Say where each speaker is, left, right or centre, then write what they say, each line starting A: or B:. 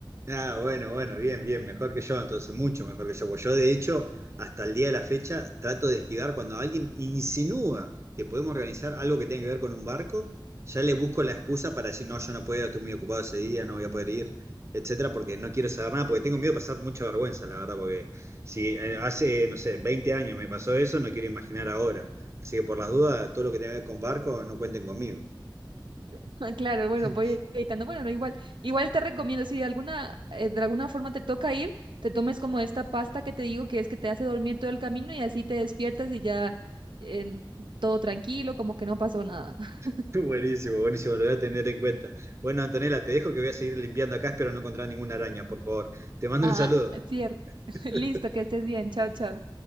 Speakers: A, on the right; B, on the right.
A: Ah, bueno, bueno, bien, bien, mejor que yo, entonces, mucho mejor que yo. Pues yo, de hecho, hasta el día de la fecha, trato de esquivar cuando alguien insinúa que podemos organizar algo que tenga que ver con un barco, ya le busco la excusa para decir, no, yo no puedo, estoy muy ocupado ese día, no voy a poder ir, etcétera, porque no quiero saber nada, porque tengo miedo de pasar mucha vergüenza, la verdad, porque si eh, hace, no sé, 20 años me pasó eso, no quiero imaginar ahora. Así que por las dudas, todo lo que tenga que ver con barco, no cuenten conmigo.
B: <laughs> Ah, Claro, bueno,
A: <laughs>
B: voy editando. Bueno, no, igual, igual te recomiendo, si de alguna, eh, de alguna forma te toca ir, te tomes como esta pasta que te digo que es que te hace dormir todo el camino y así te despiertas y ya en todo tranquilo, como que no pasó nada. <laughs>
A: <laughs> Buenísimo, buenísimo, lo voy a tener en cuenta. Bueno, Antonella, te dejo que voy a seguir limpiando acá, espero no encontrar ninguna araña, por favor. Te mando
B: Ah,
A: un saludo.
B: cierto. <laughs>
A: <laughs>
B: Listo, que estés bien. Chao, chao.